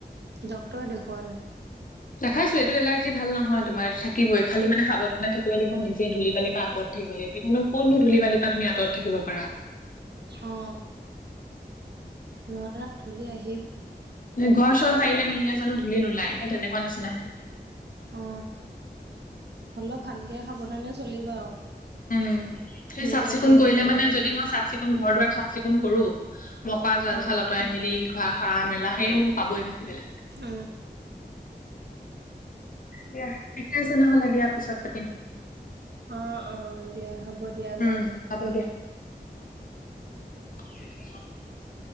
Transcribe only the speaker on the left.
দেখাইছো এইটো এলাৰ্জি ভাল নহয় তোমাৰ এইটো থাকিবই খালি মানে সাৱধানা থাকিব লাগিব নিজে ধলি বালি পা আতৰত থা। থাকিব লাগিব এতিয়া নো কত নো ধুলি বালি তুমি আঁতৰত থাকিব পাৰা
ঘৰ চৰ সাৰিলে মেলিলে জানো ধূলি নোলাই সেই তেনেকুৱা নিচিনাহে
উম সেই
চাফ চিকুণ কৰিলে
মানে
যদি মই চাফ চিকুণ ঘৰ দুৱাৰ চাফ চিকুণ কৰো মকৰা জাল
চাল লতৰাই মেলি ঘৰ সৰা মেলা সেয়ে মোৰ পাবই ভতিবেলা
দিয়া ঠিকে আছে নহ'লে দিয়া পিছত পাতিম।
উম হ'ব দিয়া <unintelligible>